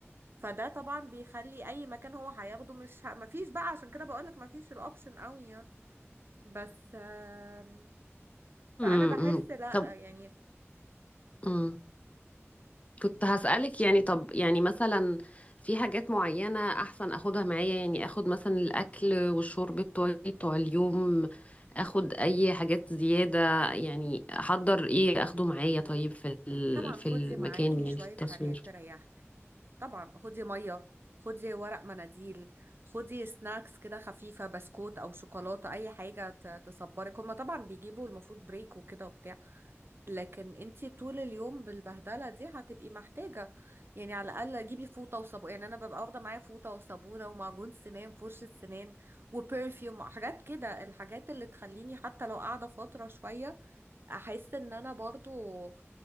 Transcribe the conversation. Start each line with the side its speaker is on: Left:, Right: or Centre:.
Right: فده طبعا بيخلي أي مكان هو هياخده مش ه... مفيش بقى عشان كده بقولك مفيش الأوبشن قوي يعني. بس آم، فأنا
Left: امم
Right: بحس لأ
Left: طب
Right: يعني مم،
Left: مم. كنت هسألك يعني طب يعني مثلا في حاجات معينة أحسن أخدها معايا يعني أخد مثلا الأكل والشرب بتوعي بتوع اليوم أخد أي حاجات زيادة يعني أحضر إيه أخده معايا طيب في ال-
Right: طبعا
Left: في
Right: خدي
Left: المكان
Right: معاكي
Left: يعني
Right: شوية
Left: في التصوير
Right: حاجات تريحك طبعا خدي مية خدي ورق مناديل خدي سناكس كده خفيفة بسكوت أو شوكولاتة أي حاجة ت- تصبرك هما طبعا بيجيبوا المفروض بريك وكده وبتاع لكن انتي طول اليوم بالبهدله دي هتبقي محتاجه يعني على الاقل جيبي فوطه وصابون يعني انا ببقى واخده معايا فوطه وصابونه ومعجون سنان فرشه سنان وبرفيوم حاجات كده الحاجات اللي تخليني حتى لو قاعده فتره شويه احس ان انا برضو